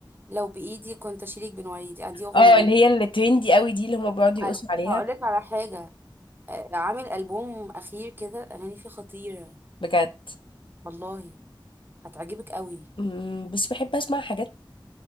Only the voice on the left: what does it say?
اه اللي هي اللي ترندي قوي دي اللي هم بيقعدوا يقصوا
عليها
بجد
مم، بس بحب اسمع حاجات